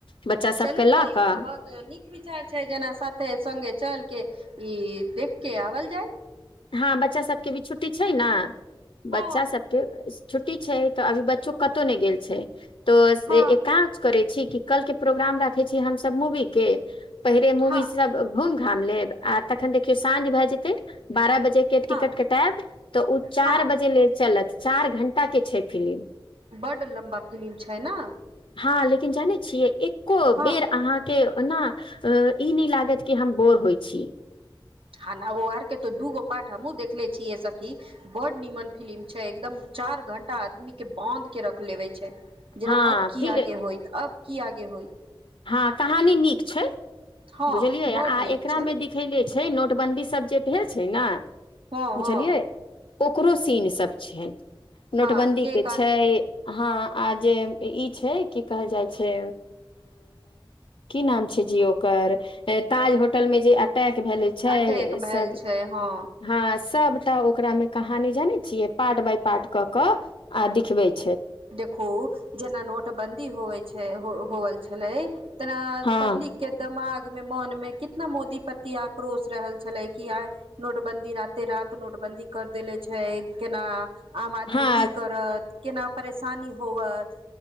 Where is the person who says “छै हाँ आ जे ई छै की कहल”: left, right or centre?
Left